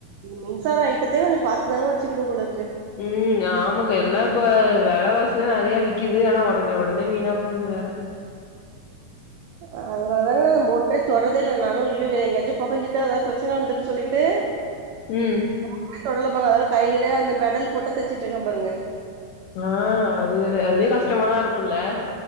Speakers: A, on the right; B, on the left.
A: மின்சார ஐட்டத்தே கொஞ்சோ பாத்துதாங்க வெச்சுக்கணும் போலருக்கு.
B: ம் ஆமக்க எல்லா இப்ப வெலவாசிதா நறைய விக்குது ஆனா ஒடனே ஒடனே வீணா போது வேற.
A: அ அதனால தாங்க அந்த மோட்ரே தொட்றதே இல்ல நானு ய்யு வேற எங்கயாச்சு பொகஞ்சிட்டா எதா பிரச்சன வந்துருன் சொல்லிட்டு
B: ம்.
A: <inaudible> தொடலம்பாங்க அதனால கையிலே அந்த பெடல் போட்டே தெச்சிட்ருக்கே பாருங்க.
B: ஆ அது வேற அதுவே கஷ்டமாதா இருக்குல்ல.